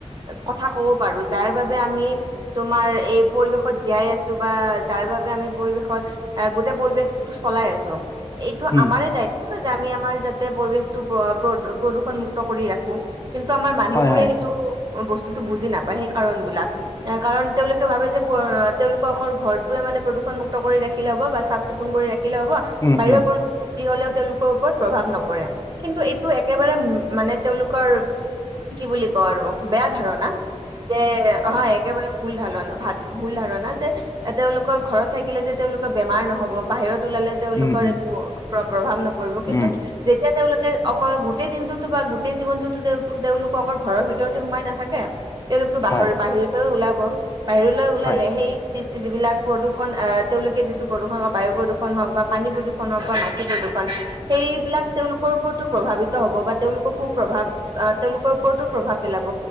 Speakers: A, on the right (about 35°); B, on the left (about 30°).
A: কথা হব পাৰো যাৰ বাবে আমি, তোমাৰ এই পৰিবেশত জীয়াই আছো বা যাৰ বাবে আমি পৰি পৰিৱেশত এ গোটেই পৰিৱেশটো চলাই আছো। এইটো
B: উম,
A: আমাৰ দায়িত্ব ন যে আমি আমাৰ যাতে পৰিৱেশটো প্ৰ প্ৰদু প্ৰদূষণমুক্ত কৰি ৰাখো। কিন্তু আমাৰ মানুহ
B: হয়
A: বোৰে
B: হয়
A: সেইটো বস্তু বাক কাৰণ তেওঁলোকে ভাবে তেওঁলোকৰৰে মে প্ৰণ মুক্ত কৰি ৰাখিলে হব বা চাফ চিকুণ কৰি ৰাখিলে হ'ব,
B: উম
A: বাহিৰৰ
B: উম,
A: পৰিৱেশটো যি হলেও তেওঁলোকৰ ওপৰত প্ৰভাৱ নপৰে কিন্তু এইটো একেবাৰে মানে তেওঁলোকৰ কি বুলি ক‌ও আৰু বেয়া ধাৰণা যে অহা একেব ভুল ধাৰণা ভাত ভুল ধাৰণা যে তেওঁলোকৰ ঘৰত থাকিলে যে তেওঁলোকৰ বেমাৰ নহব, বাহিৰত ওলালে তেওঁলোকৰ
B: উম উম
A: একো প্ৰভাৱ নপৰিব কিন্তু
B: উম,
A: যেতিয়া তেওঁলোকে অকল গোটেই দিনটোতো বা গোটেই জীৱনটোতো তেওঁলোকো অকল ঘৰৰ ভিতৰতে সোমাই নাথাকে। তেওঁলোকতো বাহ
B: হয়
A: বাহিৰলৈও ওলাব বাহিৰলৈ ওলালে
B: হয়
A: সেই যি যিবিলাক প্ৰদূষণ, এ তেওঁলোকে যিটো প্ৰদূষণ, বায়ু প্ৰদূষণ হওক বা পানী প্ৰদূষণ হওক বা মাটি প্ৰদূষণ সেইবিলাক তেওঁলোকৰ ওপৰতো প্ৰভাৱিত হ'ব বা তেওঁলোককো প্ৰভাৱ, আহ তেওঁলোকৰ ওপৰতো প্ৰভাৱ পেলাব